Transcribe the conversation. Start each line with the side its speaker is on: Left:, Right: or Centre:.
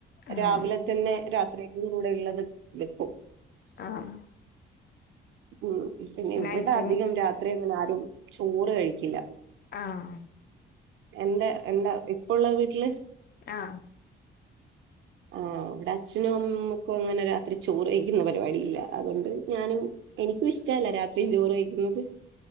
Left: ആഹ്
Right: രാവിലെതെന്നെ രാ ത്രേക്കും കൂടെഇള്ളത് വെക്കും.
Left: ആഹ്
Right: ഉം പിന്നെ ഇവിടെ
Left: നൈറ്റിൻ
Right: അധികം രാത്രി അങ്ങനെ ആരും ചോറ് കഴിക്കില്ല.
Left: ആഹ്
Right: എന്റെ എന്താ ഇപ്പള്ളവീട്ടില്
Left: ആഹ്
Right: <inaudible> ആഹ് ഇവ്ടെ അച്ഛനു അമ്മക്കു അങ്ങനെരാത്രി ചോറ്കഴിക്കുന്ന പരിപാടിഇല്ല അതോണ്ട് ഞാനും എനിക്കുംഇഷ്ട്ടല്ല രാത്രിയും ചോറ് കഴിക്കുന്നത്